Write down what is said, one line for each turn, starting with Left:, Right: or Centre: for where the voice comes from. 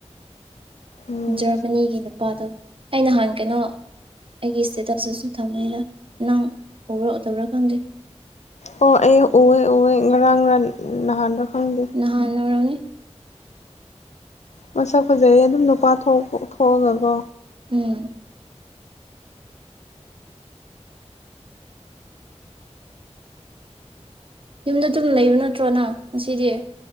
Left: ꯎꯝ
Right: ꯖꯔꯃꯅꯤꯒꯤ ꯅꯨꯄꯥꯗꯣ ꯑꯩ ꯅꯍꯥꯟ ꯀꯩꯅꯣ ꯑꯩꯒꯤ ꯏꯁꯇꯦꯇꯁꯇꯨꯁꯨ ꯊꯝꯃꯦꯗ ꯅꯪ ꯎꯕ꯭ꯔꯥ ꯎꯗꯕ꯭ꯔꯥ ꯈꯪꯗꯦ
Left: ꯑꯣ ꯑꯩ ꯎꯋꯦ ꯎꯋꯦ ꯉꯔꯥꯡ ꯔ ꯅꯍꯥꯟꯗꯣ ꯈꯪꯗꯦ
Right: ꯅꯍꯥꯟ ꯑꯣꯏꯔꯝꯅꯤ
Left: ꯃꯁꯛ ꯐꯖꯩ ꯑꯗꯨꯝ ꯅꯨꯄꯥ ꯊꯣꯛ ꯊꯣꯛꯑꯒꯀꯣ
Right: ꯎꯝ ꯌꯨꯝꯗ ꯑꯗꯨꯝ ꯂꯩꯕ ꯅꯠꯇ꯭ꯔꯣ ꯅꯪ ꯉꯁꯤꯗꯤ